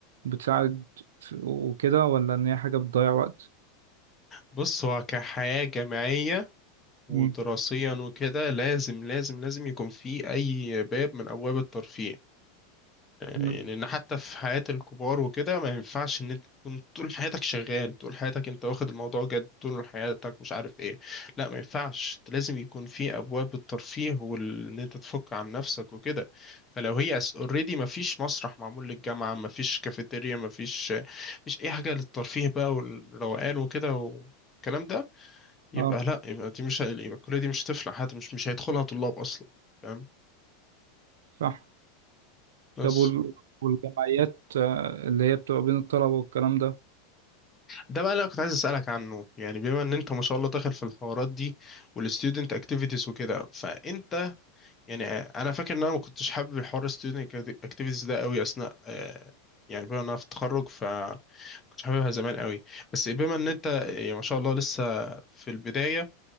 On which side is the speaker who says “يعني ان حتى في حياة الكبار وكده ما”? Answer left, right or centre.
Left